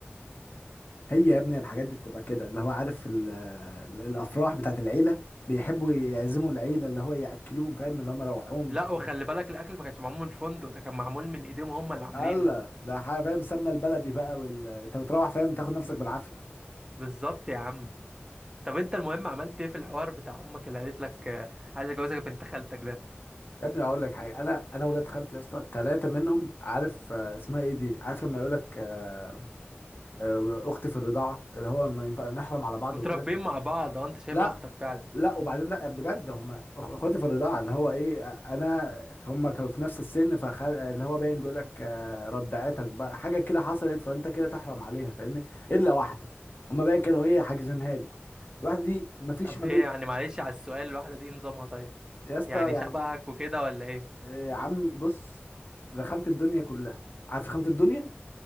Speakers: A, on the left; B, on the right.
A: هي يا ابني الحاجات دي بتبقى كده اللي هو عارف ال- ال- الافراح بتاعت العيله بيحبوا يعزموا العيله اللي هو ياكلوهم فاهم اللي هم روحوهم
B: لا وخلي بالك الأكل ما كانش معمول من الفندق ده كان معمول من إيديهم هم اللي عاملينه
A: هلا ده حاجه فاهم سمنه البلدي بقى وال... انت بتروح فاهم تاخد نفسك بالعافيه
B: بالظبط يا عم طب أنت المهم عملت إيه في الحوار بتاع أمك اللي قالت لك آه، عايز أجوزك بنت خالتك ده
A: يا ابني اقول لك حاجه انا انا ولاد خالتي يا اسطى ثلاثه منهم عارف آه، اسمها ايه دي عارف لما يقول لك آه، آه، اختي في الرضاعه اللي هو ما ينفع نحرم على بعض
B: متربيين
A: وكده
B: مع بعض أه أنت شايفها
A: لا
B: أختك فعلا
A: لا وبعدين لا بجد هم أخ- اخواتي في الرضاعه اللي هو ايه آه، انا هم كانوا في نفس السن فخل... آه، اللي هو باين بيقول لك آه، ردعتك بقى حاجه كده حصلت فانت كده تحرم عليها فاهمني الا واحده هم باين كانوا ايه حاجزينها لي الواحده دي مفيش
B: طب
A: ما
B: هي
A: بين
B: يعني معلش على السؤال الواحدة دي إيه نظامها طيب
A: يا اسطى
B: يعني
A: يعني
B: شبهك وكده ولا إيه
A: إيه يا عم بص رخمت الدنيا كلها عارف رخمت الدنيا